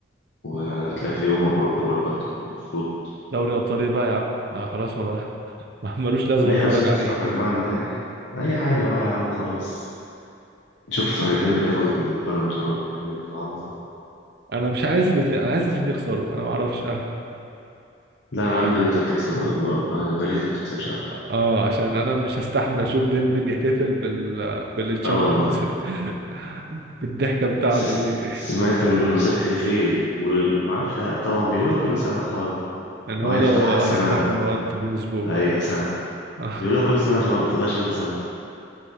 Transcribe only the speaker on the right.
دوري ابطال ايه بقى يا عم ما خلاص ما بقى <laughs> ما ملوش لازمة
نتفرج
عليه
انا مش عايز الاثنين انا عايز الاثنين يخسروا انا ما اعرفش انا
<laughs>
اه عشان انا مش هستحمل اشوف ديمبلي بيحتفل بال بالتشامبيونز
<laughs> بالضحكه بتاعته
دي
لان هو
لو
هيفتح قنوات بين سبورت
<laughs>